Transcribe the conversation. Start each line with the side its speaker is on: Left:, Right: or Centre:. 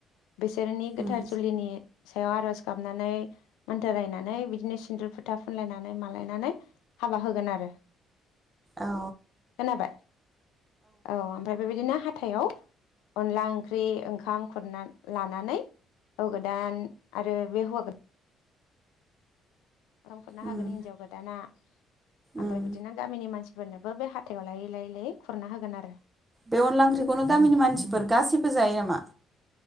Left: बिसोरनि गोथार
Right: उम
Left: जुलिनि सायाव आरज गाबनानै मान्थोर रायनानै बिदिनो सिन्दुर फोथा फुनलायनानै मालायनानै हाबा होगोन आरो।
Right: औ।
Left: हाबाय औ ओमफ्राय बेबायदिनो हाथ हाथायाव अनला ओंख्रि, ओंखाम खुरना लानानै होवा गोदान आरो बे हौवा गोदान ओंखाम खुरना
Right: उम
Left: होगोन हिन्जाव गोदाना ओमफ्राय
Right: उम
Left: बिदिनो गामिनि मानसि फोरनोबो बे हाथायाव लायै लायै लायै खुरना होगोन आरो।
Right: बे अनला ओंख्रिखौनो गामिनि मानसिफोर गासिबो जायो नामा?